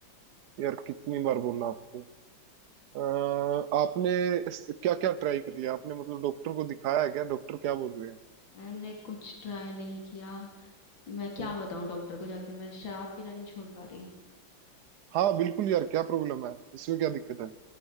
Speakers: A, on the right; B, on the left.
A: यार कितनी बार बोलना आपको अह, आपने इस, क्या क्या ट्राई कर लिया आपने मतलब डॉक्टर को दिखाया है क्या डॉक्टर क्या बोल रहे हैं
B: मैंने कुछ ट्राई नहीं किया मैं क्या
A: हम्म?
B: बताऊं डॉक्टर को जाके मैं शराब पीना नहीं छोड़ पा रही
A: हाँ बिल्कुल यार क्या प्रॉब्लम है इसमें क्या दिक्कत है